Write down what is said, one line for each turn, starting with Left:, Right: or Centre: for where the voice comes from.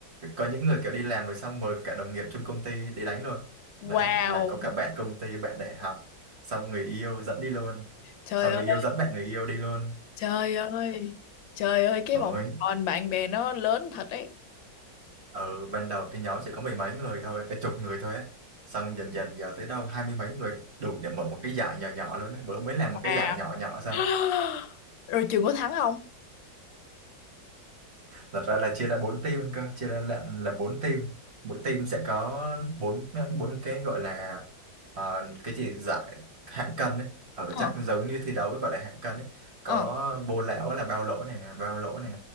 Right: có những người kiểu đi làm rồi xong mời cả đồng nghiệp trong công ty đi đánh luôn
Left: Wow.
Right: đấy là có cả bạn công ty bạn đại học xong người yêu dẫn đi luôn
Left: Trời
Right: xong
Left: ơi,
Right: người yêu dẫn bạn người yêu đi luôn
Left: trời ơi. Trời ơi, cái
Right: rồi
Left: vòng tròn bạn bè nó lớn thật đấy.
Right: ở ban đầu cái nhóm chỉ có mười mấy người thôi ờ, chục người thôi á xong dần dần giờ tới đâu hai mươi mấy người đủ để mở một cái giải nhỏ nhỏ luôn á bữa mới làm
Left: Wow.
Right: một cái giải nhỏ nhỏ xong
Left: <gasps> Rồi trường có thắng không?
Right: thật ra là chia ra bốn team cơ chia ra làm là bốn team mỗi team sẽ có bốn bốn cái gọi là ờ, cái gì giải hạng cân đấy ở
Left: Ờ,
Right: chắc giống như thi đấu gọi là hạng cân đấy
Left: ờ.
Right: có bô lão là bao lỗ này bao lỗ này